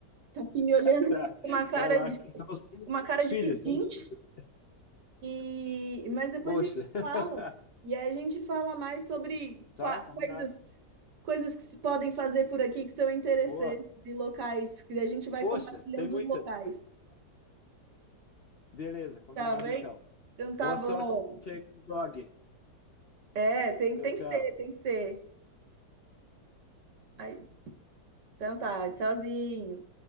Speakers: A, on the right (about 75°); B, on the left (about 50°).
A: Tá aqui me olhando
B: Tá.
A: com uma cara
B: Vai lá,
A: de,
B: que são os filhos,
A: uma cara
B: os
A: de
B: filhos,
A: pedinte.
B: são os filhos.
A: E, mas depois
B: Poxa.
A: a gente
B: <laughs>
A: fala. E aí a gente fala mais sobre
B: Tá,
A: qua-
B: combinado.
A: coisas, coisas que se podem fazer por aqui que são interessantes
B: Boa.
A: e locais, que a gente vai
B: Poxa,
A: compartilhando
B: tem muita.
A: os locais.
B: Beleza, combinado
A: Tá bem?
B: então.
A: Então tá
B: Boa
A: bom.
B: sorte aí com o blog.
A: É, tem,
B: Tchau,
A: tem
B: tchau.
A: que ser, tem que ser. Aí, então tá, tchauzinho.